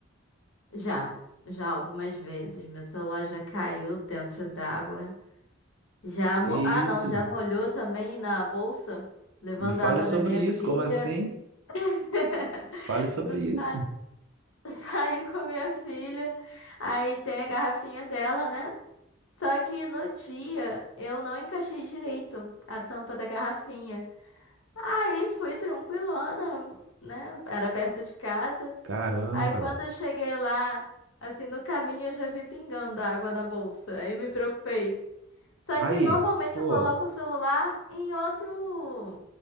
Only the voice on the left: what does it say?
<laughs> Já, já algumas vezes, meu celular já caiu dentro d'água. Já
mo... Ah, não,
já
molhou também na bolsa, levando
a água
da minha
filha.
<laughs>
Eu
sa- eu saí com a minha filha, aí tem a garrafinha dela, né? Só que no dia eu não encaixei direito a tampa da garrafinha. Aí fui tranquilona, né? Era perto de casa.
Aí quando eu cheguei lá, assim, no caminho eu já vi pingando água na bolsa. Aí me preocupei. Só
que normalmente
eu coloco o celular em outro,